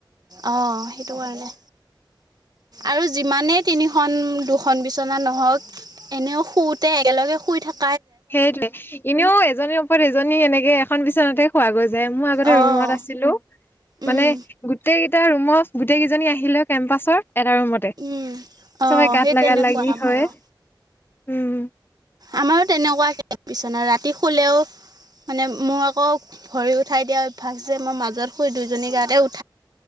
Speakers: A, on the right; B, on the left.
A: অ' সেইটো কাৰণে। আৰু যিমানেই তিনিখন, দুখন বিচনা নহওক এনেও শুওঁতে একেলগে শুই থাক
B: সেইটোৱে এনেও এজনীৰ ওপৰত এজনী এনেকে এখন বিচনাতে শুৱা গৈ যায় মই আগতে
A: অ',
B: ৰুমত আছিলোঁ
A: উম,
B: মানে গোটেইকেইটা ৰুমত গোটেই কেইজনী আহিলে এটা ৰুমত তে
A: উম, অ',
B: চবে গাত
A: সেই তেনেকুৱা
B: লাগা লাগি
A: আমাৰো।
B: হয় উম,
A: আমাৰো তেনেকুৱাকে বিছনা ৰাতি শুলেও মানে মোৰ আকৌ ভৰি উঠাই দিয়া অভ্যাস যে মই মাজত শুই দুইজনী গাতে উঠ